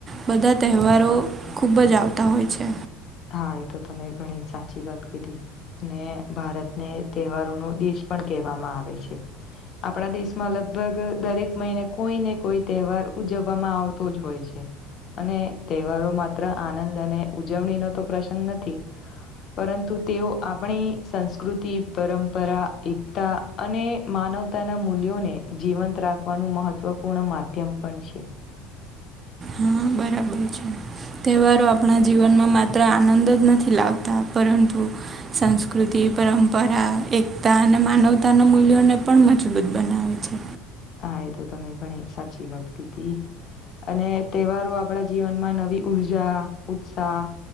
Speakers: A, on the right; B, on the left.
A: બધા તહેવારો ખૂબ જ આવતા હોય છે.
B: હા એ તો તમે ઘણી સાચી વાત કીધી. અને ભારતને તહેવારોનો દેશ પણ કહેવામાં આવે છે. આપણા દેશમાં લગભગ દરેક મહિને કોઈ ને કોઈ તહેવાર ઉજવવામાં આવતો જ હોય છે. અને તહેવારો માત્ર આનંદ અને ઉજવણીનો તો પ્રસંગ નથી પરંતુ તેઓ આપણી સંસ્કૃતિ પરંપરા એકતા અને માનવતાના મૂલ્યોને જીવંત રાખવાનું મહત્ત્વપૂર્ણ માધ્યમ પણ છે.
A: હા બરા. તહેવારો આપણા જીવનમાં માત્ર આનંદ જ નથી લાવતા પરંતુ સંસ્કૃતિ પરંપરા એકતા અને માનવતાના મૂલ્યોને પણ મજબૂત બનાવે છે.
B: હા એ તો તમે ઘણી સાચી વાત કીધી. અને તહેવારો આપણા જીવનમાં નવી ઊર્જા ઉત્સાહ